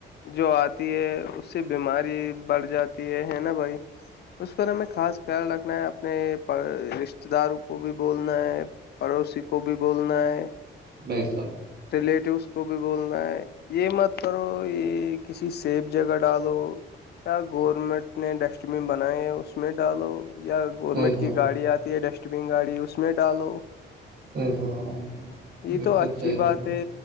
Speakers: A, on the left (about 55°); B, on the right (about 50°).
A: جو آتی ہے اس سے بیماری بڑھ جاتی ہے ہے نا بھائی اس پر ہمیں خاص خیال رکھنا ہے اپنے رش داروں کو بھی بولنا ہے پڑوسی کو بھی بولنا ہے
B: بیسب
A: ریلیٹیوس کو بھی بولنا ہے یہ مت کرو یہ کسی سیب جگہ ڈالو یا گورنمنٹ نے ڈسٹ بین بنائے اس میں ڈالو یا گورنمنٹ
B: صحیح
A: کی گاڑی آتی ہے ڈسٹ بین گاڑی اس میں ڈالو
B: صحیح فرمایا آپ نے
A: یہ
B: بالکل
A: تو اچھی
B: صحیح فرمایا
A: بات ہے